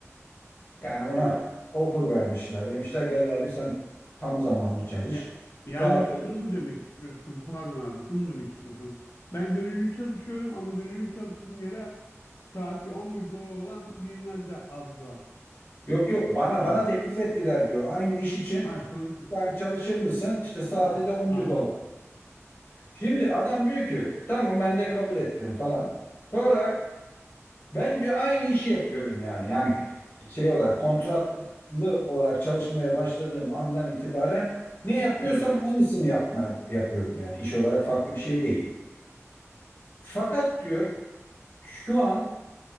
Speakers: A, on the left; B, on the left.
A: Yani buna
B: Evet.
A: offer vermişler. Demişler gel abi sen tam zamanlı çalış.
B: Ya, yani
A: Saat
B: şunu mu demek istiyorsun? Pardon abi, şunu mu demek istiyorsun? Ben gönüllü çalışıyorum ama gönüllü çalıştığım yere saati 11 dolar olan birine de aldılar
A: yok yok bana
B: gibi.
A: bana teklif ettiler diyor. Aynı iş için
B: Ha sonra tek-
A: full time çalışır mısın? İşte saati
B: ha
A: de 11
B: anladım.
A: dolar. Şimdi adam diyor ki tamam ben de kabul ettim falan. Sonra ben diyor aynı işi yapıyorum yani. Yani şey olarak kontratlı olarak çalışmaya başladığım andan itibaren ne yapıyorsam
B: Evet.
A: aynısını yapmaya yapıyorum yani. İş olarak farklı bir şey değil. Fakat diyor şu an